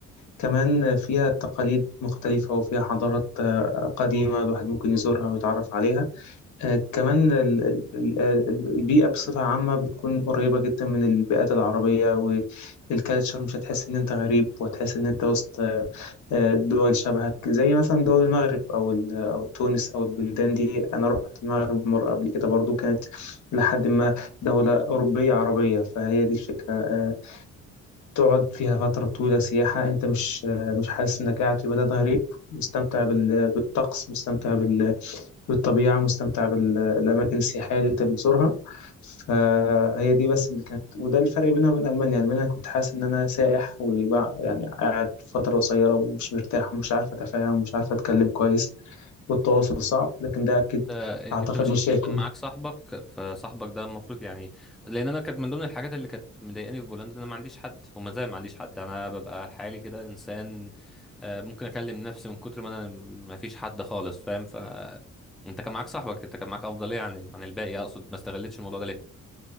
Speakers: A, on the left; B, in the centre.
A: كمان آه، فيها تقاليد مختلفة وفيها حضارات آه، قديمة الواحد ممكن يزورها ويتعرف عليها آه، كمان ال- ال- ال- ال- البيئة بصفة عامة بتكون قريبة جدا من البيئات العربية والكالتشر مش هتحس إن أنت غريب وهتحس إن أنت وسط آه، آه، دول شبهك زي مثلا دول المغرب أو ال- أو تونس أو البلدان دي أنا رحت المغرب مرة قبل كده برضو كانت لحد ما دولة أوروبية عربية فهي دي الفكرة آه، تقعد فيها فترة طويلة سياحة أنت مش آه، مش حاسس إنك قاعد في بلد غريب مستمتع بال- بالطقس مستمتع بال بالطبيعة مستمتع بالأماكن السياحية اللي أنت بتزورها فهي دي بس اللي كانت وده الفرق بينها وبين ألمانيا ألمانيا كنت حاسس إن أنا سائح وبقى يعني قاعد فترة قصيرة ومش مرتاح ومش عارف أتفاهم ومش عارف أتكلم كويس والتواصل صعب لكن ده أكيد
B: آه،
A: أعتقد
B: انت مش
A: مش هيكون
B: مش كان معاك صاحبك فصاحبك ده المفروض يعني لان انا كانت من ضمن الحاجات اللي كانت مضايقاني في بولندا ان انا ما عنديش حد وما زال ما عنديش حد انا ببقى حالي كده انسان آه، ممكن اكلم نفسي من كتر ما انا ما فيش حد خالص فاهم ف انت كان معاك صاحبك انت كان معاك افضليه عن ال- عن الباقي اقصد ما استغلتش الموضوع ده ليه